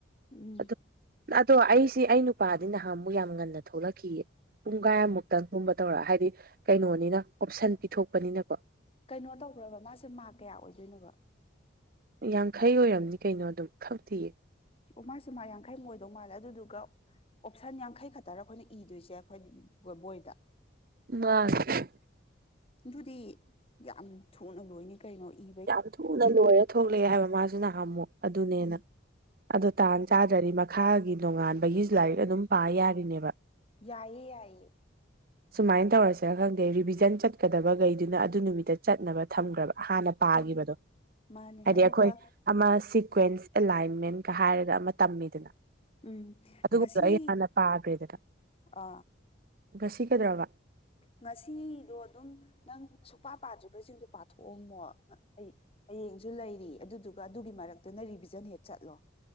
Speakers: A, on the left; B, on the right.
A: ꯎꯝ
B: ꯑꯗꯨ ꯑꯗꯣ ꯑꯩꯁꯤ ꯑꯩ ꯅꯨꯄꯥꯗꯤ ꯅꯍꯥꯟ ꯑꯃꯨꯛ ꯌꯥꯝ ꯉꯟꯅ ꯊꯣꯛꯂꯛꯈꯤꯑ ꯄꯨꯡ ꯀꯥꯏꯃꯨꯛꯇꯪꯒꯨꯝꯕ ꯇꯧꯔ ꯍꯥꯏꯗꯤ ꯀꯩꯅꯣꯅꯤꯅ ꯑꯣꯞꯁꯟ ꯄꯤꯊꯣꯛꯄꯅꯤꯅꯀꯣ
A: ꯀꯩꯅꯣ ꯇꯧꯈ꯭ꯔꯕ ꯃꯥꯁꯦ ꯃꯥꯔꯛ ꯀꯌꯥ ꯑꯣꯏꯗꯣꯏꯅꯣꯕ
B: ꯌꯥꯡꯈꯩ ꯑꯣꯏꯔꯝꯅꯤ ꯀꯩꯅꯣ ꯑꯗꯨꯝ ꯈꯪꯛꯇꯤꯌꯦ
A: ꯑꯣ ꯃꯥꯁꯤꯦ ꯃꯥ ꯌꯥꯡꯈꯩꯃꯨꯛ ꯑꯣꯏꯗꯧ ꯃꯥꯜꯂꯦ ꯑꯗꯨꯗꯨꯒ ꯑꯣꯞꯁꯟ ꯌꯥꯡꯈꯩ ꯈꯛꯇꯔ ꯑꯩꯈꯣꯏꯅ ꯏꯗꯣꯏꯁꯦ ꯑꯩꯈꯣꯏ ꯕꯣꯏ ꯕꯣꯏꯗ
B: ꯃꯥꯁ
A: ꯑꯗꯨꯗꯤ ꯌꯥꯝ ꯊꯨꯅ ꯂꯣꯏꯅꯤ ꯀꯩꯅꯣ ꯏ
B: ꯌꯥꯝ ꯊꯨꯅ ꯂꯣꯏꯔ ꯊꯣꯛꯂꯛꯑꯦ ꯍꯥꯏꯕ ꯃꯥꯁꯨ ꯅꯍꯝꯃꯨ ꯑꯗꯨꯅꯦꯅ
A: ꯎꯝ
B: ꯑꯗꯣ ꯇꯥꯟ ꯆꯥꯗꯔꯤ ꯃꯈꯥꯒꯤ ꯅꯣꯡꯉꯥꯟꯕꯒꯤꯁꯨ ꯂꯥꯏꯔꯤꯛ ꯑꯗꯨꯝ ꯄꯥ ꯌꯥꯔꯤꯅꯦꯕ
A: ꯌꯥꯏꯌꯦ ꯌꯥꯏꯌꯦ
B: ꯁꯨꯃꯥꯏꯅ ꯇꯧꯔꯁꯔꯥ ꯈꯪꯗꯦ ꯔꯤꯚꯤꯖꯟ ꯆꯠꯀꯗꯕꯈꯩꯗꯨꯅ ꯑꯗꯨ ꯅꯨꯃꯤꯠꯇ ꯆꯠꯅꯕ ꯊꯝꯈ꯭ꯔꯕ ꯍꯥꯟꯅ ꯄꯥꯈꯤꯕꯗꯣ
A: ꯍꯣꯏ ꯃꯥꯅꯦ
B: ꯍꯥꯏꯗꯤ
A: ꯑꯗꯨꯒ
B: ꯑꯩꯈꯣꯏ ꯑꯃ ꯁꯤꯀ꯭ꯋꯦꯟꯁ ꯑꯦꯂꯥꯏꯟꯃꯦꯟꯀ ꯍꯥꯏꯔꯒ ꯑꯃ ꯇꯝꯃꯤꯗꯅ
A: ꯎꯝ
B: ꯑꯗꯨꯒꯨꯝꯕꯗꯣ
A: ꯉꯁꯤ
B: ꯑꯩ ꯍꯥꯟꯅ ꯄꯥꯈ꯭ꯔꯦꯗꯅ
A: ꯑ
B: ꯉꯁꯤ ꯀꯗ꯭ꯔꯕ
A: ꯉꯁꯤꯗꯣ ꯑꯗꯨꯝ ꯅꯪ ꯁꯨꯄꯥ ꯄꯥꯗ꯭ꯔꯤꯕꯁꯤꯡꯗꯣ ꯄꯥꯊꯣꯛꯑꯝꯃꯣ ꯑꯩ ꯍꯌꯦꯡꯁꯨ ꯂꯩꯔꯤ ꯑꯗꯨꯗꯨꯒ ꯑꯗꯨꯒꯤ ꯃꯔꯛꯇꯨꯅ ꯔꯤꯚꯤꯖꯟ ꯍꯦꯛ ꯆꯠꯂꯣ